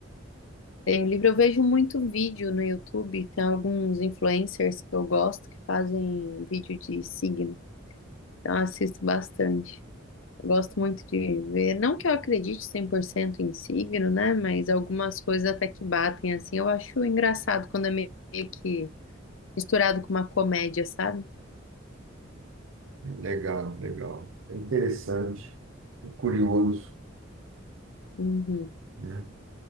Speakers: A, on the left (about 80°); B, on the right (about 80°).
A: Tem o livro, eu vejo muito vídeo no YouTube, tem alguns influencers que eu gosto que fazem vídeo de signo, então eu assisto bastante. Eu gosto muito de ver, não que eu acredite 100% em signo, né, mas algumas coisas até que batem, assim, eu acho engraçado quando é meio que misturado com uma comédia, sabe?
B: Legal, legal. É Interessante, é curioso,
A: Uhum.
B: né?